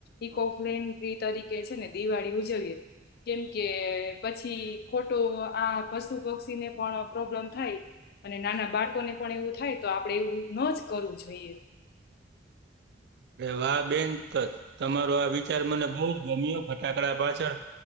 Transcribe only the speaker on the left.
ઇકો ફ્રેડલી તરીકે છે ને દિવાળી ઉજવીએ. કેમ કે પછી ખોટો આ પશુ પક્ષીને પણ પણ પ્રોબ્લેમ થાય અને નાના બાળકોને પણ એવું થાય તો આપડે એવું ન જ કરવું જોઈએ.